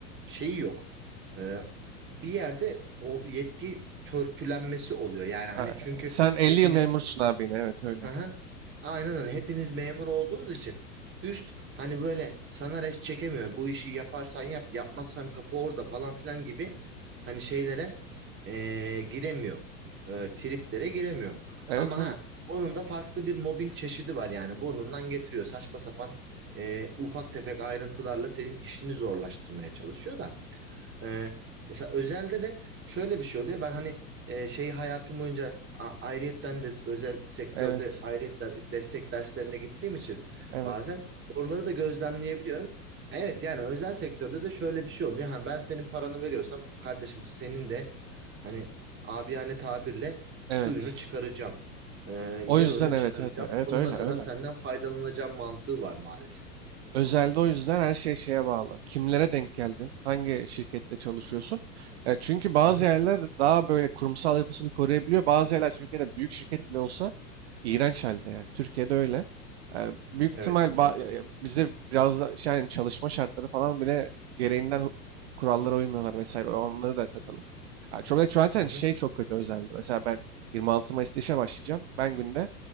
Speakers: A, on the right; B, on the right.
A: şeyi yok. Ee, bir yerde o yetki törpülenmesi oluyor. Yani hani
B: e,
A: çünkü
B: sen 50
A: hepiniz
B: yıl memursun abi yine. Evet öyle.
A: Hı hı. Aynen öyle. Hepiniz memur olduğunuz için üst hani böyle sana res çekemiyor. Bu işi yaparsan yap, yapmazsan kapı orada falan filan gibi hani şeylere eee, giremiyor. Eee, triplere giremiyor.
B: Evet
A: Ama
B: öyle.
A: ha onun da farklı bir mobbing çeşidi var yani. Burnundan getiriyor. Saçma sapan eee, ufak tefek ayrıntılarla senin işini zorlaştırmaya çalışıyor da. Ee, mesela özelde de şöyle bir şey oluyor. Ben hani e, şey hayatım boyunca a- ayrıyetten de özel sektörde
B: Evet.
A: ayrıyetten destek derslerine gittiğim için
B: Evet.
A: bazen oraları da gözlemleyebiliyorum. Evet yani özel sektörde de şöyle bir şey oluyor. Hani ben senin paranı veriyorsam kardeşim senin de hani abiyane tabirle
B: Evet.
A: suyunu çıkaracağım. Ee,
B: O
A: yağını
B: yüzden evet
A: çıkaracağım.
B: evet evet
A: Sonuna
B: öyle
A: kadar
B: öyle.
A: senden faydalanacağım mantığı var maalesef.
B: Özelde o yüzden her şey şeye bağlı. Kimlere denk geldin? Hangi şirkette çalışıyorsun? E, çünkü bazı
A: Hı hı.
B: yerler daha böyle kurumsal yapısını koruyabiliyor. Bazı yerler Türkiye'de büyük şirket bile olsa iğrenç halde yani. Türkiye'de öyle. E, büyük
A: Evet
B: ihtimal
A: maalesef.
B: ba- e, bize biraz da şey, yani çalışma şartları falan bile gereğinden hu- kurallara uymuyorlar vesaire. Onları da katalım. E, çok zaten
A: Hı hı.
B: şey çok kötü özelde. Mesela ben 26 Mayıs'ta işe başlayacağım. Ben günde